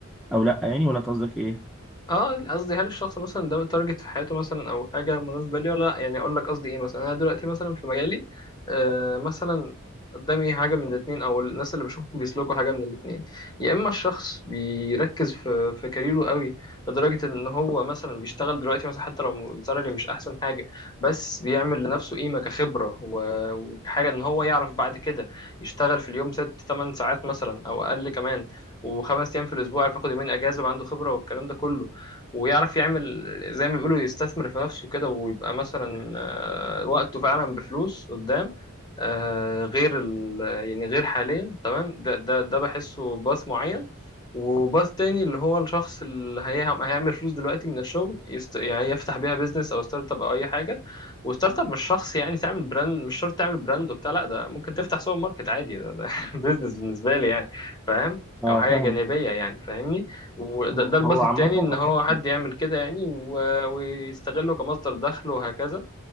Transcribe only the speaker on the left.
اه قصدي هل الشخص مثلا ده تارجت في حياته مثلا او حاجه مناسبه لي ولا لا يعني اقول لك قصدي ايه مثلا انا دلوقتي مثلا في مجالي آه مثلا قدامي حاجه من الاثنين او الناس اللي بشوفهم بيسلكوا حاجه من الاثنين يا اما الشخص بيركز في في كاريره قوي لدرجه ان هو مثلا بيشتغل دلوقتي مثلا حتى لو السالري مش احسن حاجه بس بيعمل لنفسه قيمه كخبره و- وكحاجه ان هو يعرف بعد كده يشتغل في اليوم ست تمن ساعات مثلا او اقل كمان وخمس ايام في الاسبوع يعرف ياخد يومين اجازه وعنده خبره والكلام ده كله ويعرف يعمل زي ما بيقولوا يستثمر في نفسه كده ويبقى مثلا آه، وقته فعلا بفلوس قدام آه، غير ال يعني غير حاليا تمام ده ده ده بحسه باث معين وباث تاني اللي هو الشخص اللي هيعم- هيعمل فلوس دلوقتي من الشغل يست... يعني يفتح بيها بيزنس او ستارت اب او اي حاجه وستارت اب مش شخص يعني تعمل براند مش شرط تعمل براند وبتاع لا ده ممكن تفتح سوبر ماركت عادي ده, ده <laughs> بيزنس بالنسبه لي يعني فاهم
او حاجه
جانبيه يعني فاهمني وده
ده
الباث التاني
ان هو
حد يعمل كده يعني و- ويستغله كمصدر دخل وهكذا